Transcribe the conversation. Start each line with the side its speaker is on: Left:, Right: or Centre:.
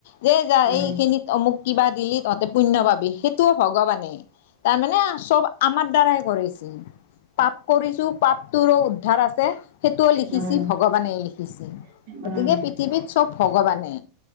Left: যে য
Right: উম উম উম
Left: এইখিনিত মোক কিবা দিলি তহঁতে পুণ্য পাবি সেইটোও ভগৱানে তাৰমানে চব আমাৰ দ্বাৰাই কৰিছে পাপ কৰিছো পাপটোৰো উদ্ধাৰ আছে সেইটোও লিখিছ
Right: উম
Left: ভগৱানে লিখিছ
Right: উম
Left: গতিকে
Right: উম
Left: পৃথিৱীত চব ভগৱানে